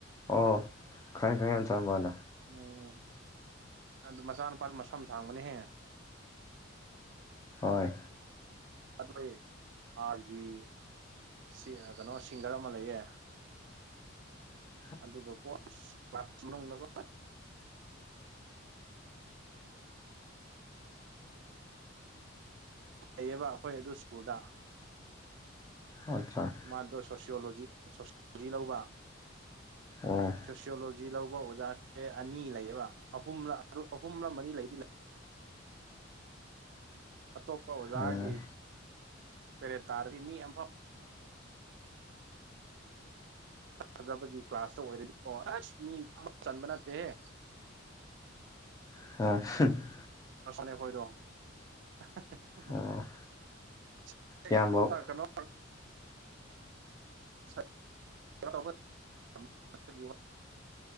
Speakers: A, on the left; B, on the right.
A: ꯑꯣ ꯈꯪꯉꯦ ꯈꯪꯉꯦ ꯃꯆꯥꯅꯨꯄꯥꯗꯣ
B: ꯎꯝ ꯑꯗꯨ ꯃꯆꯥꯅꯨꯄꯥ ꯃꯝꯁꯝ ꯁꯥꯡꯕꯅꯦꯍꯦ
A: ꯍꯣꯏ
B: ꯑꯗꯨ ꯑꯥꯔꯒꯤ ꯀꯅꯣ ꯁꯤ ꯀꯅꯣ ꯁꯤꯡꯒ꯭ꯔ ꯑꯃ ꯂꯩꯌꯦ
A: <inaudible>
B: ꯑꯗꯨꯒ ꯀꯣ ꯑꯁ ꯀ꯭ꯂꯥꯁ ꯃꯅꯨꯡꯗꯀꯣ ꯂꯩꯌꯦꯕ ꯑꯩꯈꯣꯏ ꯑꯗꯨ ꯁ꯭ꯀꯨꯜꯗ
A: ꯑꯆꯥ
B: ꯃꯥꯗꯣ ꯁꯣꯁꯤꯌꯣꯂꯣꯖꯤ ꯁꯣꯁꯤꯌꯣꯂꯣꯖꯤ ꯂꯧꯕ
A: ꯑꯣ
B: ꯁꯣꯁꯤꯌꯣꯂꯣꯖꯤ ꯂꯧꯕ ꯑꯣꯖꯥꯁꯦ ꯑꯅꯤ ꯂꯩꯌꯦꯕ ꯑꯍꯨꯝꯂ ꯑꯍꯨꯝꯂ ꯃꯔꯤ ꯂꯩꯗꯤ ꯂꯩ ꯑꯇꯣꯞꯄ ꯑꯣꯖꯥꯒꯤ
A: ꯎꯝ
B: ꯄꯦꯔꯦꯠ ꯇꯥꯔꯗꯤ ꯃꯤ ꯑꯝꯐꯥꯎ ꯐꯖꯕꯒꯤ ꯀ꯭ꯂꯥꯁ ꯇꯥ ꯑꯣꯏꯔꯗꯤꯀꯣ ꯑꯁ ꯃꯤ ꯑꯝ ꯆꯟꯕ ꯅꯠꯇꯦꯍꯦ
A: <unintelligible>
B: ꯑ ꯁꯣꯅꯤꯌꯥ ꯈꯣꯏꯗꯣ <unintelligible>
A: ꯑꯣ
B: <unintelligible>
A: ꯏꯌꯥꯝꯕ
B: ꯍꯥ ꯀꯅꯣ <unintelligible> <unintelligible>